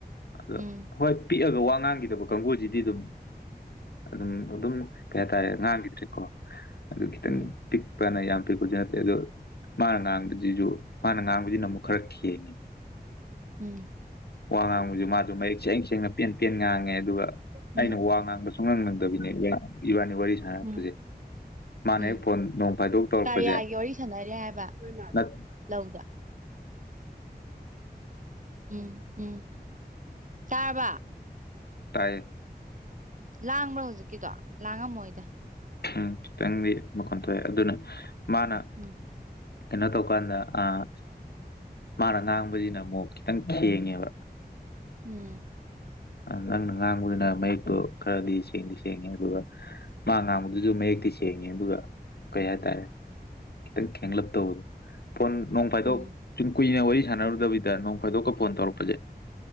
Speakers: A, on the left; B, on the right.
A: ꯑꯗꯣ
B: ꯎꯝ
A: ꯍꯣꯏ ꯄꯤꯛꯑꯒ ꯋꯥ ꯉꯥꯡꯈꯤꯗꯕ ꯀꯥꯡꯒꯨꯁꯤꯗꯤ ꯑꯗꯨꯝ ꯑꯗꯨꯝ ꯑꯗꯨꯝ ꯀꯩ ꯍꯥꯏꯇꯥꯔꯦ ꯉꯥꯡꯈꯤꯗ꯭ꯔꯦꯀꯣ ꯑꯗꯨ ꯈꯤꯇꯪ
B: ꯎꯝ
A: ꯄꯤꯛꯄꯅ ꯌꯥꯝ ꯄꯤꯛꯄꯗꯤ ꯅꯠꯇꯦ ꯑꯗꯨ ꯃꯥꯅ ꯉꯥꯡꯕꯁꯤꯁꯨ ꯃꯥꯅ ꯉꯥꯡꯕꯁꯤꯅ ꯑꯃꯨꯛ ꯈꯔ ꯈ‌ꯦꯡꯉꯦ
B: ꯎꯝ
A: ꯋꯥ ꯉꯥꯡꯕꯁꯤ ꯃꯥꯁꯨ ꯃꯌꯦꯛ ꯁꯦꯡ ꯁꯦꯡꯅ ꯄꯦꯟ ꯄꯦꯟ ꯉꯥꯡꯉꯦ ꯉꯦ ꯑꯗꯨꯒ
B: ꯎꯝ
A: ꯑꯩꯅ ꯋꯥ ꯉꯥꯡꯕꯁꯨꯨꯡꯅꯪ ꯅꯪꯗꯕꯤꯅꯦ ꯏꯕꯥꯅꯤ ꯋꯥꯔꯤ ꯁꯥꯟꯅꯔꯛꯄꯁꯦ
B: ꯎꯝ
A: ꯃꯥꯅ
B: ꯎꯝ
A: ꯍꯦꯛ ꯐꯣꯟ ꯅꯣꯡ ꯐꯥꯏꯗꯣꯛ ꯇꯧꯔꯛꯄꯁꯦ
B: ꯀꯔꯤꯌꯥꯒꯤ ꯋꯥꯔꯤ ꯁꯥꯟꯅꯔꯤ ꯍꯥꯏꯕ
A: ꯅꯠ
B: ꯂꯧꯗ ꯎꯝ ꯎꯝ ꯇꯥꯔꯕꯥ
A: ꯇꯥꯏꯌꯦ
B: ꯂꯥꯡꯕ꯭ꯔꯥ ꯍꯧꯖꯤꯛꯀꯤꯗꯣ ꯂꯥꯡꯉꯝꯃꯣꯏꯗ
A: ꯎꯝ ꯈꯤꯇꯪꯗꯤ ꯃꯈꯣꯟ ꯊꯣꯛꯑꯦ ꯑꯗꯨꯅ ꯃꯥꯅ
B: ꯎꯝ
A: ꯀꯩꯅꯣ ꯇꯧꯀꯥꯟꯗ ꯑꯥ ꯃꯥꯅ ꯉꯥꯡꯕꯁꯤꯅ ꯑꯃꯨꯛ ꯈꯤꯇꯪ ꯈꯦꯡꯉꯦꯕ
B: ꯎꯝ
A: ꯅꯪꯅ ꯉꯥꯡꯕꯗꯨꯅ ꯃꯌꯦꯛꯇꯣ ꯈꯔꯗꯤ ꯁꯦꯡꯗꯤ ꯁꯦꯡꯉꯦ ꯑꯗꯨꯒ ꯃꯥ ꯉꯥꯡꯕꯗꯨꯁꯨ ꯃꯌꯦꯛꯇꯤ ꯁꯦꯡꯉꯦ ꯑꯗꯨꯒ ꯀꯩ ꯍꯥꯏꯇꯥꯔꯦ ꯈꯤꯇꯪ ꯈꯦꯡꯂꯞ ꯇꯧꯕꯗꯣ ꯐꯣꯟ ꯅꯣꯡ ꯐꯥꯏꯗꯣꯛ
B: ꯎꯝ
A: ꯁꯨꯝ ꯀꯨꯏꯅ ꯋꯥꯔꯤ ꯁꯥꯟꯅꯔꯨꯗꯕꯤꯗ ꯅꯣꯡ ꯐꯥꯏꯗꯣꯛꯀ ꯐꯣꯟ ꯇꯧꯔꯛꯄꯁꯦ